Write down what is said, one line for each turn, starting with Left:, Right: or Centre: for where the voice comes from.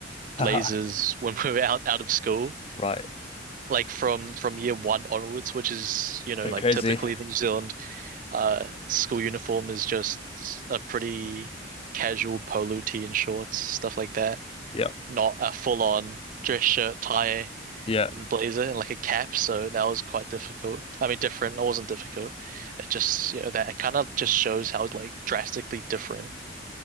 Left: <laughs>
Right: blazers
Left: Haha.
Right: <laughs> when we were out out of school,
Left: Right.
Right: like from from year one onwards, which is, you know,
Left: Pretty
Right: like
Left: crazy.
Right: typically the New Zealand uh school uniform is just a pretty casual polo tee and shorts, stuff like that.
Left: Yeah.
Right: Not a full on dress shirt, tie.
Left: Yeah.
Right: And blazer and like a cap, so that was quite difficult. I mean, different. It wasn't difficult. It just, you know, that it kind of just shows how like drastically different